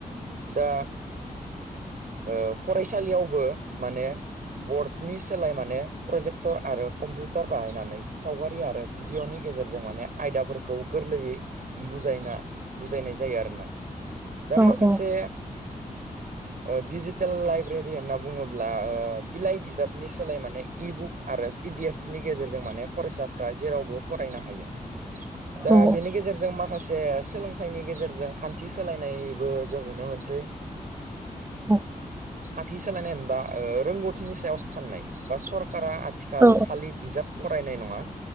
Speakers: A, on the right (about 60°); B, on the right (about 15°).
A: दा ओ फरायसालियावबो माने बर्डनि सोलाय माने प्रजेक्टर आरो कम्पिउटार बाहायनानै सावगारि आरो भिडिय'नि गेजेरजों माने आयदाफोरखौ गोरलैयै बुजायना बुजायनाय जायो आरोना। दा
B: औ
A: माखासे
B: औ औ
A: ओ दिजि टेल लाइब्रेरि होनना बुङोब्ला ओ बिलाइ बिजाबनि सोलाय माने इ बुक आरो पिडि एफ नि गेजेरजों माने फरायसाफ्रा जेरावबो फरायनो हायो। दा
B: औ
A: बेनि गेजेरजों मा माखासे सोलोंथाइनि गेजेरजों खान्थि सोलायनायबो जों नुनो मोनसै।
B: औ
A: खाथि सालायनाय होनोबा रोंगौथिनि सायाव साननाय बा सरकारा आथिखाल
B: औ
A: खालि बिजाब फरायनाय नङा